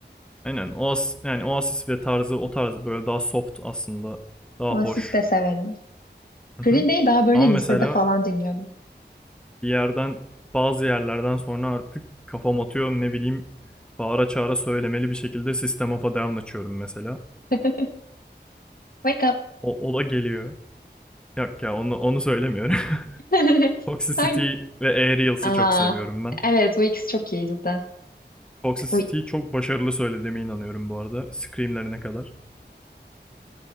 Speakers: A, in the centre; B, on the left.
A: Aynen. Oas yani Oasis ve tarzı o tarz böyle daha soft aslında. Daha
B: Oasis
A: hoş.
B: de severim.
A: Hı
B: Green
A: hı.
B: Day'i daha böyle
A: Ama mesela
B: lisede falan dinliyordum.
A: bir yerden bazı yerlerden sonra artık kafam atıyor ne bileyim bağıra çağıra söylemeli bir şekilde System of a Down açıyorum mesela.
B: <laughs> Wake up.
A: O, o da geliyor. Yok ya onu, onu söylemiyorum. <laughs>
B: <laughs>
A: Toxicity
B: Hangi?
A: ve Aerials'ı
B: Aa,
A: çok seviyorum ben.
B: evet bu ikisi çok iyi cidden.
A: Toxicity'yi
B: Uy,
A: çok başarılı söylediğime inanıyorum bu arada. Screamlerine kadar.